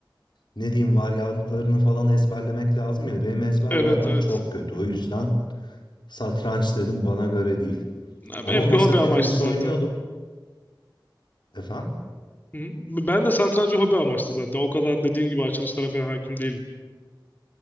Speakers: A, on the left (about 70°); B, on the left (about 25°).
A: ne diyeyim varyantlarını falan ezberlemek lazım ya. Benim ezberle
B: Evet
A: aram
B: evet.
A: çok kötü. O yüzden satranç dedim bana göre değil.
B: Ya
A: Ama
B: Benimki
A: masa
B: hobi
A: tenisi
B: amaçlı zaten.
A: oynuyordum. Efendim?
B: Hı. Ben de satrancı hobi amaçlı zaten. O kadar dediğin gibi açılışlara falan hakim değilim.